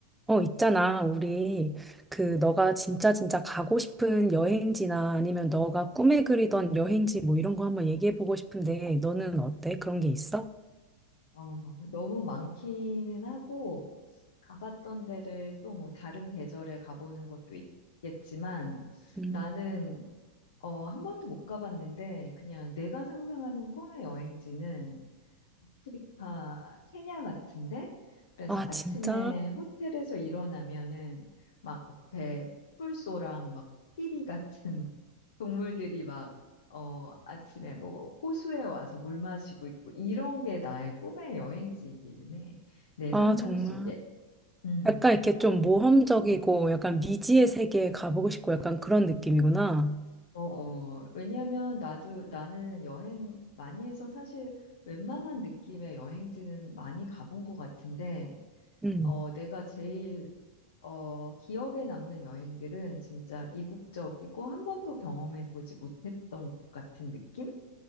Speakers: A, in the centre; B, on the left.
A: 어, 있잖아. 우리 그 너가 진짜 진짜 가고 싶은 여행지나 아니면 너가 꿈에 그리던 여행지 뭐 이런 거 한번 얘기해 보고 싶은데 너는 어때? 그런 게 있어?
B: 어, 너무 많기는 하고, 가봤던 데를 또 뭐 다른 계절에 가보는 것도 있겠지만,
A: 음.
B: 나는, 어, 한 번도 못 가봤는데, 그냥 내가 상상하는 꿈의 여행지는 아프리카 케냐 같은데 그래서
A: 아,
B: 아침에
A: 진짜?
B: 호텔에서 일어나면은 막 앞에 꿀소랑 막 끼리 같은 <laughs> 동물들이 막 어, 아침에 뭐 호수에 와서 물 마시고 있고 이런 게 나의 꿈의 여행지이기는 해. 내
A: 아,
B: 상상
A: 정말.
B: 속에. 음.
A: 약간 이렇게 좀 모험적이고 약간 미지의 세계에 가보고 싶고 약간 그런 느낌이구나.
B: 어, 어, 왜냐면 나도 나는 여행 많이 해서 사실 웬만한 느낌의 여행지는 많이 가본 것 같은데,
A: 음.
B: 어, 내가 제일 어, 기억에 남는 여행들은 진짜 이국적이고 한 번도 경험해보지 못했던 곳 같은 느낌?